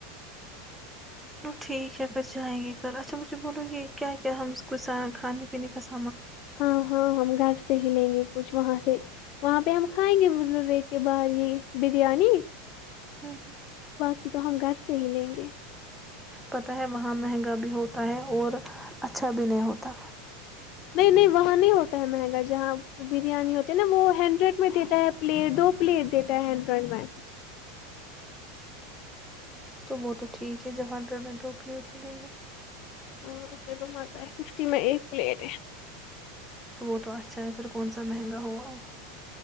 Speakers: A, in the centre; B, on the left.
A: چلو ٹھیک ہے پھر جائیں گے کل اچھا مجھے بولو یہ کیا کیا ہم کچھ کھانے پینے کا سھ
B: ہاں ہاں ہم گھر سے ہی لیں گے کچھ وہاں سے وہاں پہ ہم کھائیں گے ب کے باہر یہ بریانی
A: ہوں ہ
B: کی تو ہم گھر سے ہی لیں گے
A: پتا ہے وہاں مہنگا بھی ہوتا ہے اور اچھا اچھا بھی نہیں ہوتا
B: نہیں نہیں وہاں نہیں ہوتا ہے مہنگا جہاں بریانی ہوتی ہے نا وہ ہنڈریڈ میں دیتا ہے پلیٹ دو پلیٹ دیتا ہے ہنڈریڈ میں
A: تو وہ تو ٹھیک ہے جب ہنڈریڈ میں دو پلیٹ ملیں گے
B: ہاں اے تو آتا ہے ففٹی میں ایک پلیٹ ہے
A: وہ تو اچھا ہے پھر کون سا مہنگا ہوا وہ